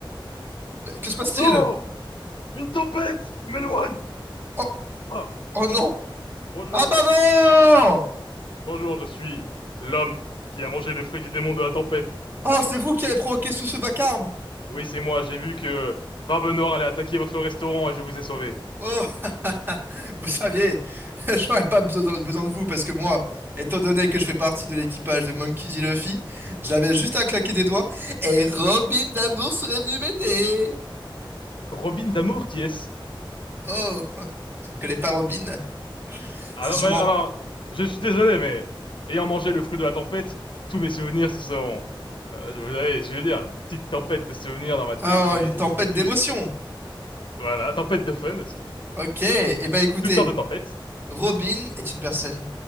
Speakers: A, on the right; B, on the left.
A: Mais Que se passe-t-il?
B: Oh! Une tempête m'éloigne!
A: Oh,
B: Ah
A: oh non!
B: Bonjour.
A: Ah bah non!
B: Bonjour, je suis l'homme qui a mangé le fruit du démon de la tempête.
A: Oh, c'est vous qui avez provoqué tout ce vacarme!
B: Oui, c'est moi, j'ai vu que Barbe Noire allait attaquer votre restaurant et je vous ai sauvé.
A: Oh, <laughs> vous saviez, <laughs> je n'aurais pas besoin besoin de vous parce que moi, étant donné que je fais partie de l'équipage de Monkey D. Luffy, j'avais juste à claquer des doigts et Robin d'amour serait venu m'aider.
B: Robin d'amour, qui est-ce?
A: Oh, <laughs> tu ne connais pas Robin?
B: Ah
A: C'est
B: non,
A: sûrement
B: mais alors, je suis désolé, mais ayant mangé le fruit de la tempête, tous mes souvenirs, ce sont, euh, vous savez ce que je veux dire, une petite tempête de souvenirs dans ma tête
A: oh,
B: et
A: une tempête
B: j'oublie tout.
A: d'émotions.
B: mais- Voilà, tempête de fun aussi.
A: Ok, eh ben écoutez,
B: Toutes sortes de tempêtes.
A: Robin est une personne.